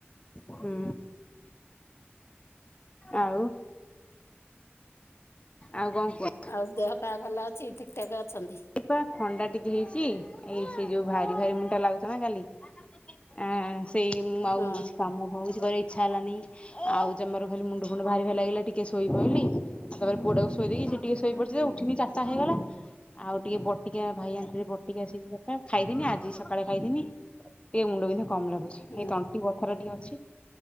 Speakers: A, on the left; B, on the left.
A: ହୁଁ, ଆଉ ଆଉ କଣ କୁହ?
B: ଆଉ ଦେହ ପା ଭଲ ଅଛି, ଠିକ୍ ଠାକ୍ ଅଛନ୍ତି?
A: ଏଇ ପା ଥଣ୍ଡା ଟିକେ ହେଇଛି, ଏଇ ସେ ଯଉ ଭାରି ଭାରି ମୁଣ୍ଡଟା ଲାଗୁଛି ନା କାଲି ଆ ସେଇ ମୁଁ ଆଉ
B: ହଁ
A: କିଛି କାମ ହଉ କରିଆ ଇଚ୍ଛା ହେଲାନି। ଆଉ ଜମାରୁ ଖାଲି ମୁଣ୍ଡ ଫୁଣ୍ଡ ଭାରି ଭାରି ଲାଗିଲା। ଟିକେ ଶୋଇ ପଇଲି। ତାପରେ ପୁଅଟାକୁ ଥୋଇ ଦେଇକି, ସେଇଟିକେ ଶୋଇପଡିଚି ତ ଉଠିନି, ଚାରଟା ହେଇଗଲା। ଆଉ ଟିକେ ବଟିକା, ଭାଇ ଆଣିଥିଲେ ବଟିକା ସେ ଯଉ ଡ଼ଟ ଖାଇଦେନି। ଆଜି ସକାଳେ ଖାଇଦେନି। ଟିକେ ମୁଣ୍ଡ ବିନ୍ଧା କମ୍ ଲାଗୁଛି।
B: ହୁଁ
A: ଏଇ ତଣ୍ଟି ବଥାଟା ଟିକେ ଅଛି।